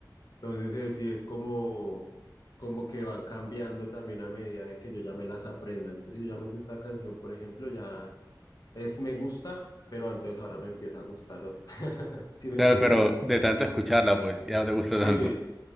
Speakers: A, on the left; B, in the centre.
A: Entonces eh, sí es como, como que van cambiando también a medida de que yo ya me las aprenda. Entonces si yo ya me sé esta canción, por ejemplo, ya es me gusta, pero entonces ahora me empieza a gustar otra. <laughs> ¿Sí me
B: Claro,
A: entiendes?
B: pero de tanto escucharla, pues ya no te gusta
A: Sí.
B: tanto.